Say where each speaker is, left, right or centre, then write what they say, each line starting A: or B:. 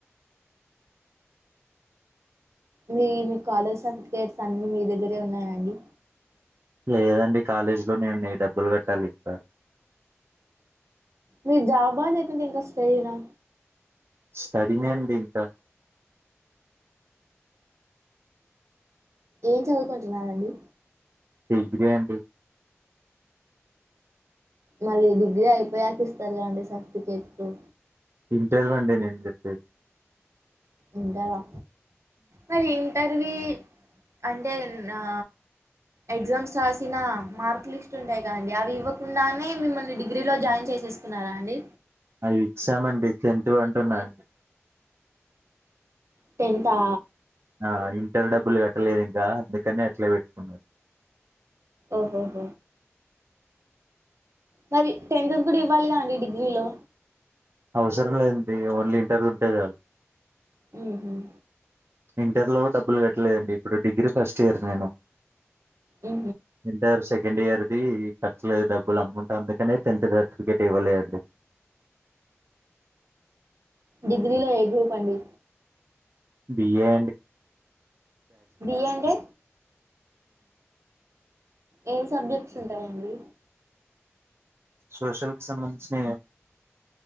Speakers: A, on the right; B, on the right.
A: మీ మీ కాలేజ్ సర్టిఫికేట్స్ అన్నీ మీ దగ్గరే ఉన్నాయయండి
B: లేదండి కాలేజీ లో నేను డబ్బులు కట్టాలి ఇక్కడ
A: మీరు జాబా లేకంటే ఇంకా స్టడీనా
B: స్టడినె అండి ఇంకా
A: ఏం చదువుకుంటున్నండి
B: డిగ్రీ అండి
A: మరి డిగ్రీ అయిపోయాక ఇస్తారు కదండి సర్టిఫికేట్లు
B: ఇంటర్వి అండి నేను చెప్పేది
A: ఉంటవా మరి ఇంటర్వి అంటే నా ఎగ్జామ్స్ రాసిన మార్క్ లిస్ట్ ఉంటాయి కదండి అవి ఇవ్వకుండానే మిమ్మల్ని డిగ్రీ లో జాయిన్ చేసు చేసుకున్నారా అండి
B: అవి ఇచ్చామండి కేంటూ అంటున్నాండి
A: టెన్ంతా
B: ఆ ఇంటర్ డబ్బులు కట్టలేదు ఇంకా అందుకని అట్లే పెట్టుకున్నారు
A: ఓహోహ మరి టెన్త్ కూడా ఇవ్వాలిగా అండి డిగ్రీలో
B: అవసరం లేదండి ఓన్లీ ఇంటర్వూ ఉంటే చాల
A: హ్మ్ హ్మ్
B: ఇంటర్లో డబ్బులు కట్టలేదండి ఇప్పుడు డిగ్రీ ఫస్ట్ ఇయర్ నేను
A: ఉ
B: ఇంటర్ సెకండ్ ఇయర్ది కట్టాలి డబ్బులు అమౌంట్ అందుకని టెన్త్ సర్టిఫికేట్ ఇవ్వలే అండి
A: డిగ్రీలో ఏ గ్రూప్ అండి
B: బి ఏ
A: బ ఏ అంటే ఎన్ని సబ్జెక్ట్స్ ఉంటాయండి
B: సోషల్ కి సంబంధించిన